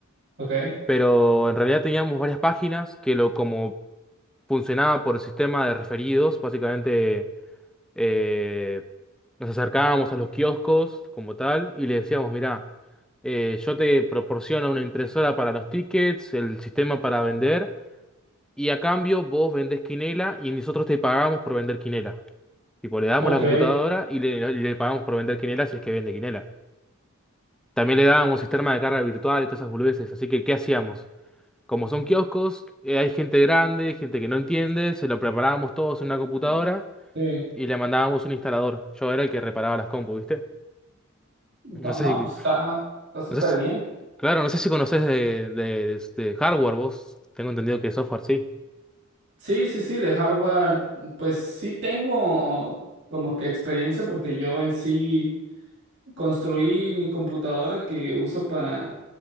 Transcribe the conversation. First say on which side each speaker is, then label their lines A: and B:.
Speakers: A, on the right; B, in the centre.
A: Ok.
B: Pero en realidad teníamos varias páginas que lo como funcionaba por sistema de referidos, básicamente eh, nos acercábamos a los kioscos como tal y le decíamos, mirá, eh, yo te proporciono una impresora para los tickets, el sistema para vender y a cambio vos vendés quinela y nosotros te pagamos por vender quinela. Tipo, le damos
A: Ok.
B: la computadora y le, y le pagamos por vender quinela si es que vende quinela. También le dábamos sistema de carga virtual y todas esas boludeces, así que ¿qué hacíamos? Como son kioscos, eh, hay gente grande, gente que no entiende, se lo preparábamos todos en una
A: Mm,
B: computadora
A: Sí.
B: y le mandábamos un instalador. Yo era el que reparaba las compus, ¿viste? No
A: No,
B: sé
A: no,
B: si,
A: pues está, está súper
B: no sé si-
A: bien.
B: claro, no sé si conocés de, de, de- de hardware vos. Tengo entendido que software sí.
A: Sí, sí, sí, de hardware, pues sí tengo como que experiencia porque yo en sí construí mi computadora que uso para,